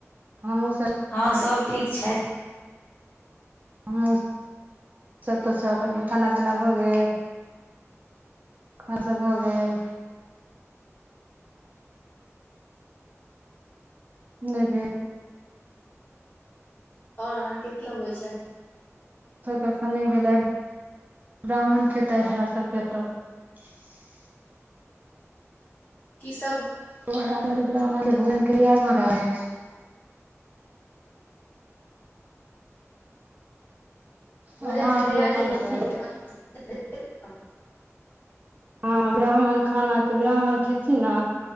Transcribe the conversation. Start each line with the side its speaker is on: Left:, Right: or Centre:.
Right: हमहूँ
Left: हाँ सब ठीक छैथ।
Right: हमु सब त सब बढ़ियाँ खाना-पीना भऽ गेल, खा सब भऽ गेल। नै भेल।
Left: और अहाँ के कब होय छै।
Right: कखनि भेलै ब्राह्मण खेतथि हमरा सभकेतय। <unintelligible>
Left: किस। <unintelligible>
Right: बह ब म भ। <unintelligible> तैयार भ रहै एछ।
Left: भोजन
Right: ओ ह
Left: के
Right: ख
Left: तैयारी
Right: अपन।
Left: भऽ
Right: <unintelligible>
Left: <unintelligible>
Right: हँ ब्राह्मण खानाके ब्राह्मण खेथि ने